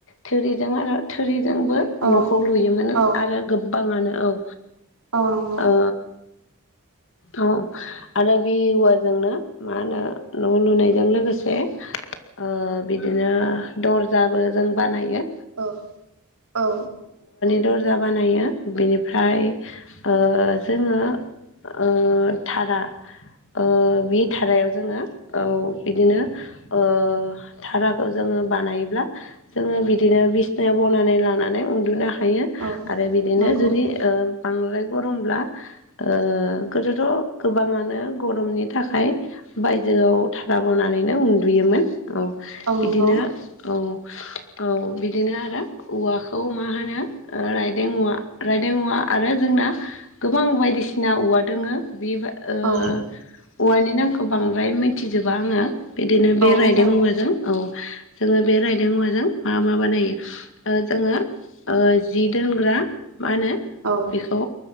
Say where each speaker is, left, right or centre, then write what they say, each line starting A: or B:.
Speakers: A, on the left; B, on the right.
A: थोरिजों आरो थोरि जोंबो
B: औ
A: न'खौ लुयोमोन
B: औ
A: आरो गोबांङानो औ।
B: औ नंगौ
A: ओ औ आरो बे औवाजोंनो मा होनो न' लुनायजों लोगोसे ओ बिदिनो दर्जाबो जों बानायो।
B: औ-औ
A: दर्जा बानायो बिनिफ्राय ओ जोंङो। ओ धारा ओ बे धारायाव जोंङो औ बिदिनो ओ धिराखौ जोंङो बानायचब्ला जोंङो बिदिनो बिसनायाव बना लानानै उन्दुनो हायो
B: औ
A: आरो बिदिनो
B: नंगौ
A: जुदि
B: औ
A: ओ‌ बांद्राय गरमब्ला ओ गोदोथ' गोबांङानो नो गरमनि थाखाय बायजोआव धारा बनानैनो उन्दुयोमोन औ।
B: औ नंगौ
A: इदिनो औ औ बिदिनो आरो औवाखौ मा होनो ओ रायदों औवा रायदों औवा आरो जों ना गोबां बायदिसिना औवा दोंङो बेयो बा ओ
B: औ
A: औवानि नामखौ बांद्राय मिथिजोबा आंङो। बिदिनो बे
B: औ
A: रायदों
B: जागोन
A: औवाजों औ। जोंङो बे रायदों औवाजों मा मा बानायो ओ जोंङो ओ जि दोनग्रा मा होनो
B: औ
A: बेखौ